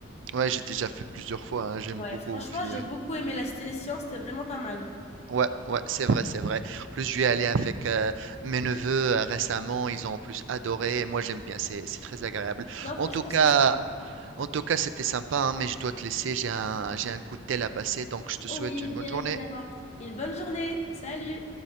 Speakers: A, on the right; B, on the left.
A: Ouais, j'ai déjà fait plusieurs fois, hein, j'aime
B: Ouais,
A: beaucoup
B: franchement,
A: aussi.
B: j'ai
A: euh.
B: beaucoup aimé la Cité des sciences, c'était vraiment pas mal.
A: Ouais, ouais, c'est vrai, c'est vrai. En plus, je suis allé avec euh, mes neveux euh, récemment, ils ont en plus adoré, et moi j'aime bien, c'est c'est très agréable.
B: Non,
A: En
B: franchement,
A: tout cas,
B: c'est ça.
A: en tout cas, c'était sympa, hein, mais je dois te laisser, j'ai un j'ai un coup de tel à passer, donc je te
B: Oui,
A: souhaite une bonne
B: bien
A: journée.
B: évidemment. Une bonne journée. Salut.